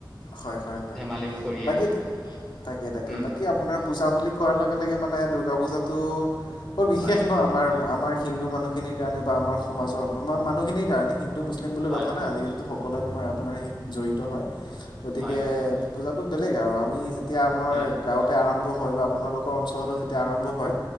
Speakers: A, on the left; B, in the centre.
A: হয়, হয়, হয়,
B: ধেমালিবোৰ কৰিয়ে
A: বাকী তাকে, তাকে
B: উম
A: বাকী আপোনাৰ পুজা বুলি কোৱাৰ লগে লগে মান মানে দূৰ্গা পূজাটো বৰ বিশেষ
B: হয়
A: ন' আমাৰ, আমাৰ হিন্দু মানুহখিনিৰ কাৰণে বা আমাৰ সমাজৰ মানুহখিনিৰ কাৰণে, হিন্দু মুছলিম বুলি
B: হয়
A: কথা নাই। আজি কালিতো সক পলে তোমাৰ আপোনাৰ সেই জড়িত হয়। গতিকে
B: হয়
A: পূজাটো বেলেগ আৰু আমি যেতিয়া আমাৰ
B: হয়
A: গাঁৱতে আৰম্ভ হয় বা আপোনালোকৰ অঞ্চলতে যেতিয়া আৰম্ভ হয়।